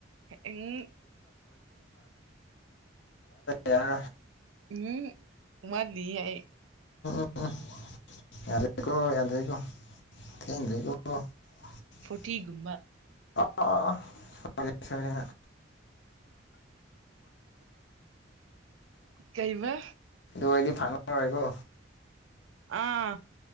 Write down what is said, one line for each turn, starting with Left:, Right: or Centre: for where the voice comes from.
Right: ꯎꯝ
Left: ꯌꯥꯔ ꯌꯥ
Right: ꯎꯝ ꯋꯥꯠꯂꯤꯌꯦ
Left: ꯎ ꯌꯥꯔ <inaudible>
Right: ꯇꯤꯒꯨꯝꯕ
Left: ꯑꯔꯦ ꯁꯔꯦꯗꯤ
Right: ꯀꯩꯕ
Left: ꯀꯣꯏꯂꯤ ꯐꯥꯅꯔꯦꯀꯣ
Right: ꯑꯥ